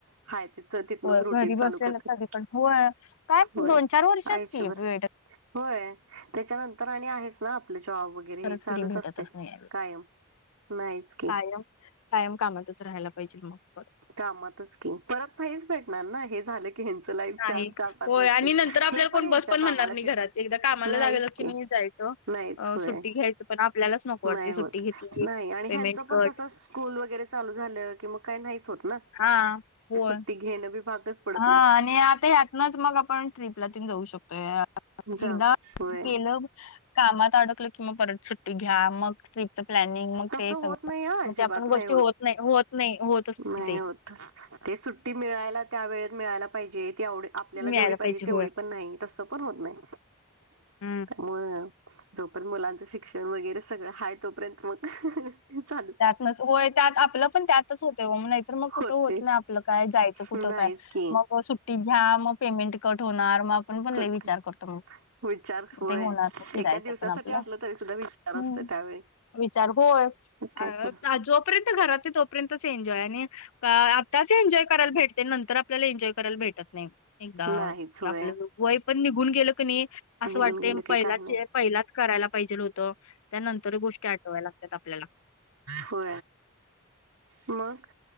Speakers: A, on the right; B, on the left.
A: हाय ते.... तिथनच
B: होय
A: रुटीन
B: घरी बसलेलं
A: चालू करतात
B: कधी पण होय काय
A: होय
B: दोन चार वर्षात
A: आयुष्यभर....
B: की भेटत
A: होय त्याच्यानंतर आणि आहेच ना आपले जॉब वगैर.... वगैरे
B: परत
A: हे चालूच
B: फ्री भेटतच
A: असते
B: नाही यावेळी.
A: कायम नाहीच की
B: कायम कायम कामातच राहायला पाहिजे मग त
A: कामातच की परत फाईच भेटणार ना हे झालं की हे लाईफ
B: नाही.
A: चार चार पाच
B: होय
A: वर्ष
B: आणि नंतर आपल्याला
A: हे पण
B: कोण
A: हच्या
B: बस म्हणणार
A: कामाला
B: नाही
A: श
B: घरात. एकदा कामाला
A: नाहीच
B: लागलं
A: की....
B: मी जायचं.
A: नाहीच
B: अ,
A: होय
B: सुट्टी घ्यायचं पण आपल्यालाच नको वाटते
A: नाही होत
B: सुट्टी घेतली,
A: नाही आणि
B: पेमेंट
A: ह्यांचं पण
B: कट.
A: कसं..... स्कूल वगैरे चालू झालं कि मग काही नाहीच होत ना
B: हां. होय.
A: ते सुट्टी घेणं बी भागच...... पडत
B: हा
A: नाही.
B: आणि आता ह्यातनच मग आपण ट्र्रीपला तेन जाऊ शकतो.....
A: जाऊ
B: एकदा
A: होय
B: गेलं कामात अडकलं कि म परत सुट्टी घ्या मग..... ट्रिपचं प्लॅनिंग मग
A: तसं
B: ते सगळं
A: होत नाही हा अजिबात
B: मग ते आपण
A: नाही
B: गोष्टी होत नाही होत नाही होत असते
A: नाही
B: ते...
A: होत ते सुट्टी मिळायला त्या वेळेत मिळायला पाहिजे ते एवढ... आपल्याला
B: मिळायला
A: जेवढी पाहिजे तेवढी
B: होय.
A: पण नाही तस पण होत नाही....
B: हम्म.
A: मग जोपर्यंत मुलांचं शिक्षण वगैरे सगळं आहे तोपर्यंत मग.... चालू
B: त्यात म होय त्यात आपलं पण त्यातच होतग नाहीतर मग कुठं
A: होते
B: होत नाही आपलं काय जायचं कुठं
A: नाहीच
B: काय.....
A: की
B: मग सुट्टीत घ्या मग पेमेंट कट होणार मग.... आपण पण
A: कट
B: ल विचार करतो मग
A: विचार होय
B: ते होणार फिरायचं
A: एका दिवसासाठी
B: पण आपलं.....
A: असलं तरी सुद्धा विचार
B: हम्म
A: असतो त्यावेळी
B: विचारूय....
A: काय तर
B: अ जोपर्यंत घरात आहे तोपर्यंतच एन्जॉय आणि आताच एन्जॉय करायला भेट..... ते नंतर आपल्याला एन्जॉय करायला भेटत नाही.... एकदा
A: नाहीच होय
B: आपलं वय पण निघून गेलं क नाही
A: निघून
B: असं वाटत
A: गेलं की
B: पहिला
A: काही नाही
B: च..... पहिलाच करायला पाहिजेल होतं त्यानंतर गोष्टी आठवा्या लागतात आपल्याला....
A: हो... मग